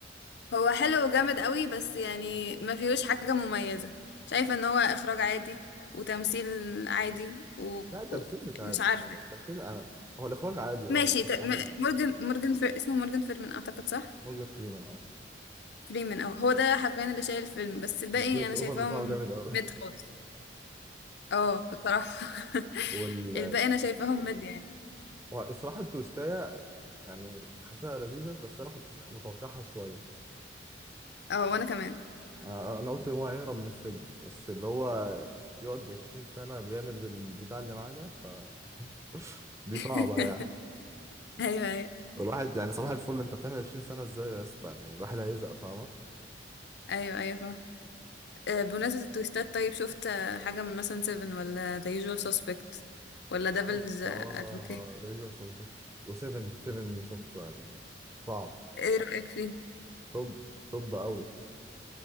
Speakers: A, on the left; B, on the right.
A: هو حلو وجامد قوي بس يعني ما فيهوش حاجه مميزه شايفه ان هو اخراج عادي وتمثيل عادي ومش
B: لا التمثيل مش عادي
A: عارفه
B: التمثيل انا هو الاخراج عادي
A: ماشي
B: اه بس
A: ت... م-
B: حاجه يعني.
A: مورجان مورجان فر... اسمه مورجان فيرمن اعتقد صح
B: مورجان فريمان اه
A: فريمن اه هو ده حرفيا اللي شايل الفيلم بس الباقي
B: الفويس
A: انا
B: اوفر
A: شايفاهم
B: بتاعه جامد قوي
A: ميد خالص اه بصراحة <laughs>
B: <laughs> وال
A: الباقي انا شايفاهم مد يعني
B: الصراحه التوستايه يعني حاسسها لذيذه بس انا كنت متوقعها شويه
A: اه وانا كمان
B: انا أنا قلت هو هيهرب من السجن بس اللي هو يقعد 20 سنة بيعمل بالبتاع اللي معاه ده فدي
A: <laughs>
B: صعبة يعني
A: ايوه ايوه
B: الواحد يعني صباح الفل انت بتعمل 20 سنة ازاي يا اسطى يعني الواحد هيزق فاهمة
A: ايوه ايوه فاهم آه، بمناسبة التويستات طيب شفت آه، حاجة من مثلا سيفن ولا The Usual Suspect ولا Devil's
B: شفت اه
A: Advocate
B: ذا ليجند اوف و7 7 شفته يعني صعب
A: ايه رأيك فيه؟
B: طب طب قوي